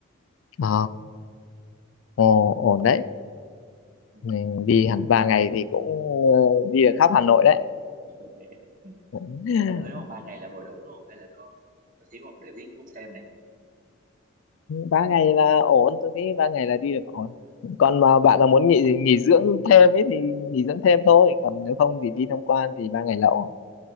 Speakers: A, on the left; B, on the right.
A: ờ, ồ, ổn đấy.
B: Ừ.
A: Mình đi hẳn ba ngày thì cũng ờ, đi được khắp Hà Nội đấy.
B: <laughs>
A: <laughs>
B: À, lỡ đúng không? Ba ngày là vừa đủ đúng không? Hay là có có xíu không để viết bút thêm này.
A: ba ngày là ổn tôi thấy ba ngày là đi được ổn còn mà bạn
B: Ok.
A: là muốn nghỉ nghỉ dưỡng thêm ấy thì nghỉ dưỡng thêm thôi còn nếu không
B: Ừ.
A: thì đi tham quan thì ba ngày là ổn